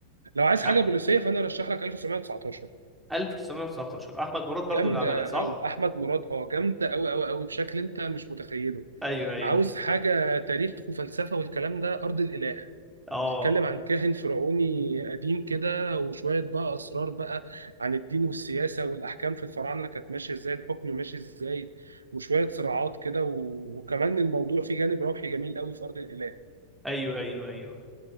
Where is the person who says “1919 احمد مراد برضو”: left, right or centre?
Centre